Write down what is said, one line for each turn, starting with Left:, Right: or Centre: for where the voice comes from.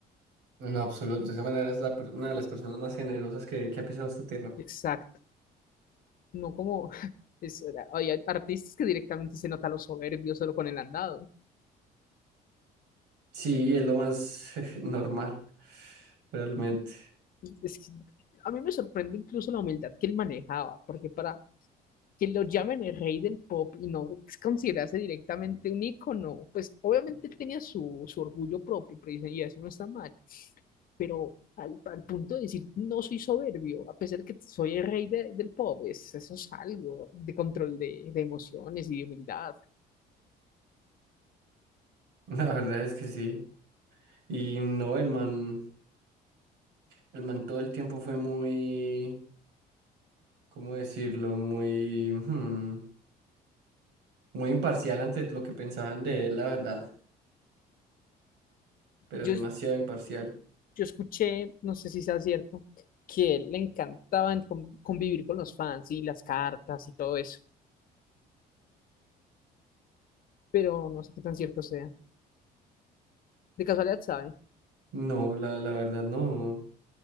Right: En absoluto, de esa manera es la per- una de las personas más generosas que, que ha pisado esta tierra.
Left: Exacto. No como <laughs> es- hay artistas que directamente se nota los soberbios solo con el andado.
Right: Sí, es lo más <laughs> normal, realmente.
Left: es que a mí me sorprende incluso la humildad que él manejaba, porque para que lo llamen el rey del pop y no considerarse directamente un ícono, pues obviamente él tenía su, su orgullo propio, pero dice, y eso no está mal, pero al, al punto de decir, no soy soberbio, a pesar de que soy el rey de- del pop, es, eso es algo de control de, de emociones y de humildad.
Right: La verdad es que sí. Y no, el man. El man todo el tiempo fue muy, ¿cómo decirlo? Muy, hmm, muy imparcial ante lo que pensaban de él, la verdad, pero
Left: Yo,
Right: demasiado imparcial.
Left: yo escuché, no sé si sea cierto, que él le encantaba en con- convivir con los fans y las cartas y todo eso. pero no sé qué tan cierto sea. De casualidad, ¿sabe?
Right: No, la, la verdad no.